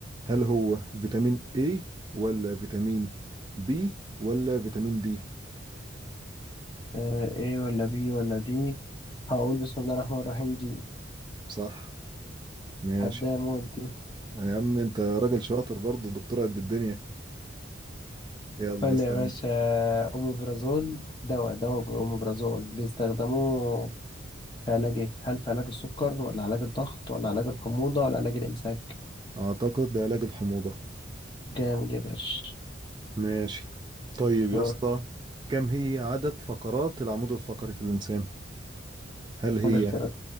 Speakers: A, on the right; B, on the left.
A: هل هو فيتامين A ولا فيتامين B ولا فيتامين D
B: آه إيه ولا بي ولا دي هقول بسم الله الرحمن الرحيم دي
A: صح ماشي
B: هبدأ موت دي
A: يا عم انت راجل شاطر برضه دكتور قد الدنيا يلا
B: ولا
A: اسأل
B: يا باشا
A: انت
B: أوميبرازول دواء دواء بالأوميبرازول بيستخدموه في علاج إيه؟ هل في علاج السكر ولا علاج الضغط ولا علاج الحموضة ولا علاج الإمساك؟
A: اعتقد علاج الحموضة
B: جامد يا باشا
A: ماشي طيب يا
B: دورك
A: اسطى كم هي عدد فقرات العمود الفقري في الانسان هل هي
B: قول اختيارات